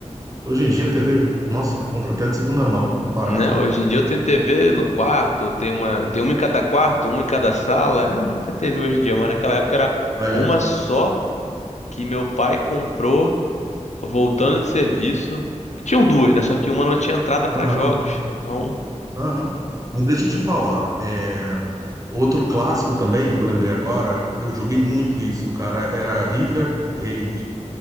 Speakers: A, on the right; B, on the left.
A: Hoje em dia a TV, nossa, tu compra até de segunda mão, barato,
B: Né? Hoje
A: né?
B: em dia eu tenho TV no quarto, tem uma, tem uma em cada quarto, uma em cada sala. É muita TV hoje em dia, mas naquela época era
A: Olha,
B: uma só que meu pai comprou. voltando de serviço. Tinham duas, né? Só que uma não tinha entrada pra
A: aham,
B: jogos. Então,
A: aham. Mas deixa eu te falar, é, outro clássico também que eu lembrei agora, eu joguei muito isso, cara, era River Raid.